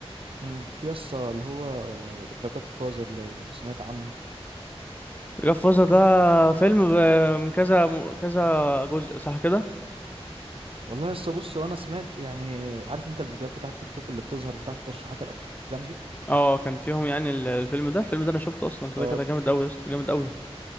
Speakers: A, on the right; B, on the left.
A: امم في يا اسطى اللي هو ذا جاد فازر لو سمعت عنه
B: جاد فازر ده فيلم ب- من كذا كذا جزء صح كده
A: والله يا اسطى بص وانا سمعت يعني عارف انت الفيديوهات بتاعه تيك توك اللي بتظهر بتاعه تشريحات الافلام دي
B: اه كان فيهم يعني ال- الفيلم ده الفيلم ده انا شفته اصلا كده
A: اه
B: كده
A: ك-
B: جامد قوي يا اسطى جامد قوي